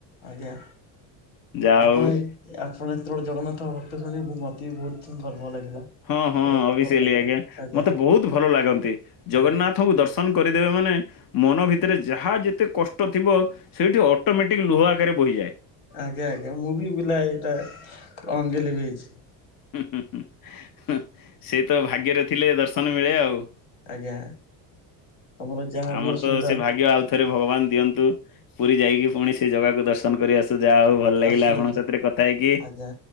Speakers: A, on the left; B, on the left.
A: ଆଜ୍ଞା
B: ଯା
A: ଆପଣ
B: ହୋଉ।
A: ଆପଣ ଯେତେବେଳେ ଜଗନ୍ନାଥ ଭକ୍ତ ଶୁଣିବୁ ମୋତେ ବି ବହୁତ ଗର୍ବ ଲାଗିଲା।
B: ହଁ ହଁ
A: ବହୁତ
B: ଅବ୍ୟାସିଲି
A: ଭଲ ଲାଗିଲା
B: ଆଜ୍ଞ
A: ଆଜ୍ଞା
B: ମତେ ବହୁତ ଭଲ ଲାଗନ୍ତି ଜଗନ୍ନାଥଙ୍କୁ
A: ଆଜ୍ଞା
B: ଦର୍ଶ ଦର୍ଶନ କରିଦେବେ ମାନେ ମନ ଭିତରେ ଯାହା ଯେତେ କଷ୍ଟ ଥିବ ସେଇଠି ଅଟୋମେଟିକ ଲୁହ ଆକାରରେ ବହିଯାଏ।
A: ଆଜ୍ଞା ଆଜ୍ଞା ମୁଁ ବି ବିଲ ଏଇଟା ଅଗେଂ ଲିଭେଇଚି।
B: <unintelligible> ସେ ତ ଭାଗ୍ୟରେ ଥିଲେ ଦର୍ଶନ ମିଳେ ଆଉ।
A: ଆଜ୍ଞା ତମର ଯାହାବି
B: ଆମର
A: ଅସୁବିଧା
B: ତ ସେ ଭାଗ୍ୟ ଆଉ ଥରେ ଭଗବାନ ଦିଅନ୍ତୁ ପୁରୀ ଯାଇକି ପୁଣି ସେ ଜାଗାକୁ ଦର୍ଶନ କରି ଆସୁ ଯାହା ହଉ ଭଲ। ଭଲ ଲାଗିଲା
A: ଆସନ୍ତୁ
B: ଆପଣଙ୍କ ସାଥିରେ କଥା ହେଇକି
A: ଆଜ୍ଞା